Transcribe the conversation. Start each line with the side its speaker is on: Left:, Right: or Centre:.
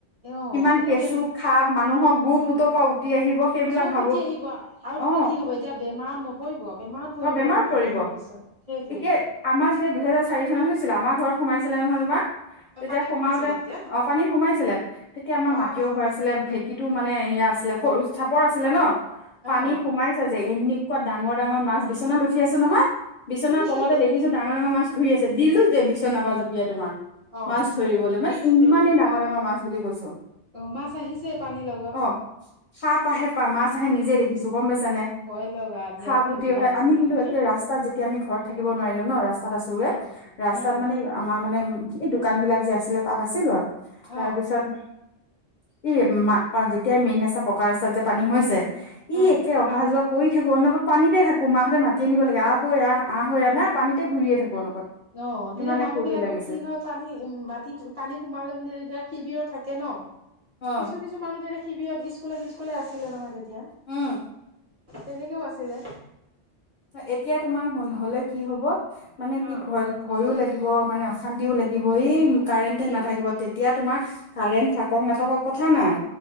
Right: অ
Left: কিমান
Right: সেইটোৱে
Left: কেঁচু সাপ মানুহৰ গু মুটৰ পৰা উঠি আহিব সেইবিলাক
Right: চব
Left: ভাবো
Right: উঠি আহিব আৰু তোমাৰ
Left: অ
Right: কি হব এতিয়া বেমাৰত নপৰিব বেমাৰত পৰিব
Left: অ বেমাৰ
Right: তোৰ পানী
Left: পৰিব
Right: অহাৰ পিছত। সেইটোৱে
Left: এতিয়া আমাৰ যেতিয়া দুহেজাৰ চাৰি চনত হৈছিল আমাৰ ঘৰত সোমাইছিলে নহয় তোমাৰ
Right: অ
Left: তেতিয়া
Right: পানী
Left: সোমাওতে
Right: কমাইছিলে তেতিয়া
Left: অ পানী সোমাইছিলে তেতিয়া আমাৰ
Right: অহ
Left: মাটিও ঘৰ আছি লে ভেটিটো মানে এয়া আছিলে সৰু চাপৰ আছিলে ন পানী
Right: অহ
Left: সোমাইছে যে এ নেকুৱা ডাঙৰ ডাঙৰ মাছ বিছনাত উঠি আছো নহয় বিচনাৰ
Right: ই
Left: তলতে দে খিছো ডাঙৰ ডাঙৰ মাছ ঘূৰি আছে দিলো দে বিছনাৰ পৰা জপিয়াই তোমাৰ
Right: অহ
Left: মাছ ধৰিবলৈ মানে ইমানেই
Right: তেতিয়া
Left: ডাঙৰ ডাঙৰ মাছ বুলি কৈছো।
Right: অ মাছ আহিছে পানী ল
Left: অ, সাপ আহে পাহ মাছ আহে নিজে দেখিছো গম পাইছানে?
Right: ভয় লগা দিয়া
Left: সাপ পুতি
Right: সেইবিলাক
Left: অ হে,
Right: আছিলে
Left: আমি কিন্তু
Right: হয়নে
Left: একে ৰাস্তাত যেতিয়া আমি ঘৰত থাকিব নোৱাৰিলো ন ৰাস্তাত আছোগে।
Right: অহ
Left: ৰাস্তাত
Right: উম
Left: মানে এই আমাৰ মানে এই দোকানবিলাক যে আছিলে তাত আছিলো আৰু তাৰপিছত
Right: অহ
Left: ইয়াত মা পাও যেতিয়া মেইন ৰাস্তা পকা ৰাস্তাত যে পানী হৈছে ই
Right: অহ
Left: একে অহা যোৱা কৰি থাকোঁ অনবৰত পানীতেই থাকো, মাহঁতে মাতি আনিব লাগে আহ ঐ আহ আহ ঐ আহ না পানীতে ঘুৰিয়ে থাকো অনবৰত,
Right: অহ তেতিয়া
Left: ইমানে
Right: মানুহ
Left: ফূৰ্তি
Right: বিলাকৰ
Left: লাগিছে।
Right: কি হয় পানী উম মাটিত পানী সোমালে বুলি তেতিয়া শিবিৰত থাকে ন,
Left: অ
Right: কিছু কিছু মানুহ তেতিয়া শিবিৰত স্কুলে চিস্কুলে আছিলে নহয় তেতিয়া
Left: উম
Right: তেনেকেও আছিলে।
Left: এ এতিয়া তোমাৰ হল হলে কি হব মানে কি
Right: অ
Left: ভয়ল ভয়ো লাগিব মানে অশান্তিও লাগিব এই কাৰেণ্টে
Right: এ
Left: নাথাকিব তেতিয়া তোমাৰ কাৰেণ্ট থাকক নাথাকক কথা নাই